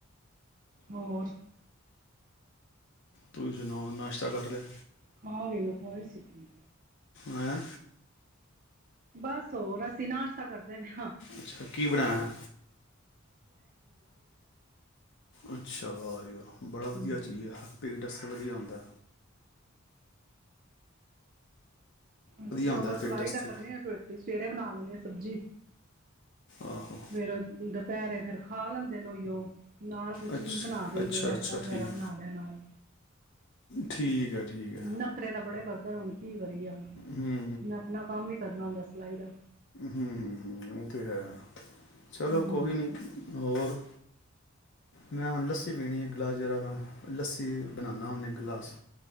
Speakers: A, on the right; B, on the left.
A: ਹੋਰ
B: ਤੁਸੀ ਸੁਣਾਓ, ਨਾਸ਼ਤਾ ਕਰ ਲਿਆ।
A: ਖਾ ਲਿਆ ਮੈਂ ਖਵਾਈ ਸੀ ਪੂਰੀ
B: ਹੈਂ,
A: ਬਸ ਹੋਰ ਅਸੀ ਨਾਸ਼ਾ ਕਰਦੇ <inaudible> <inaudible>
B: ਅੱਛਾ ਕੀ ਬਣਾਇਆ ਅੱਛਾ, ਵਾਹ ਜੀ ਵਾਹ! ਬੜਾ ਵਧੀਆ
A: ਹਮ
B: ਚੀਜ਼ ਐ। ਪਿਡਸਕ ਵਧੀਆ ਆਉਂਦਾ।
A: ਅਸੀਂ ਥੋੜਾ
B: ਹੁੰਦਾ
A: ਬਹੁਤ
B: ਹੈ
A: ਸਿਲਾਈ
B: ਪੇਟ ਵਾਸਤੇ
A: ਦਾ ਕਰਨੇ ਆਂ, ਰੋਟੀ ਸਵੇਰੇ ਬਣਾ ਲੈਣੇ ਆਂ ਅਸੀਂ। ਸਬਜ਼ੀ
B: ਆਹੋ
A: ਫਿਰ ਉਹ ਦੁਪਹਿਰੇ ਫਿਰ ਖਾ ਲੈਂਦੇ ਨੇ ਉਹੀਓ। ਨਾਲ ਕੋਈ
B: ਅੱਛਾ
A: ਚੀਜ਼ ਬਣਾ ਦੇਈ
B: ਅੱਛਾ
A: ਦੀ ਐ ਰਾਇਤਾ
B: ਅੱਛਾ
A: ਵਗੈਰਾ
B: ਠੀਕ
A: ਬਣਾ ਲਿਆ ਨਾਲ।
B: ਠੀਕ ਹੈ ਠੀਕ ਹੈ
A: ਨਖਰੇ ਤਾਂ ਬੜੇ ਕਰਦੇ ਨੇ ਹੁਣ ਕੀ ਕਰੀਏ ਹੁਣ,
B: ਹੂੰ
A: ਮੈਂ ਆਪਣਾ ਕੰਮ ਵੀ ਕਰਨਾ ਹੁੰਦਾ ਸਿ ਸਿਲਾਈ ਦਾ।
B: ਹੂੰ-ਹੂੰ-ਹੂੰ, ਉਹ ਤੇ ਹੈ। ਚਲੋ
A: ਹਮ
B: ਕੋਈ ਨਹੀਂ ਹੋਰ ਮੈਂ ਹੁਣ ਲੱਸੀ ਪੀਣੀ ਐ ਗਲਾਸ ਜਿਹੜਾ ਮੈਂ ਲੱਸੀ ਬਣਾਨਾ ਹੁੰਨਾ ਇੱਕ ਗਲਾਸ।